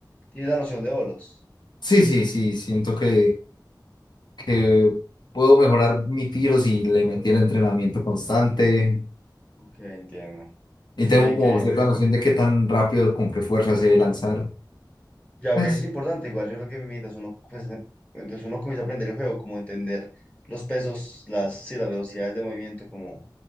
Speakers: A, on the left; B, on the left.
A: tienes la noción de bolos.
B: Sí, sí, sí, siento que, que puedo mejorar mi tiro si le metiera entrenamiento constante.
A: Ok, entiendo.
B: Y
A: Qué
B: tengo
A: bien,
B: como
A: qué bien.
B: cierta noción de qué tan rápido, con qué fuerza sé lanzar.
A: Ya,
B: Pues,
A: ok, eso es importante, igual yo creo que mientras uno, pues, em- mientras uno comienza a aprender el juego, como entender los pesos, las, sí, las velocidades de movimiento, como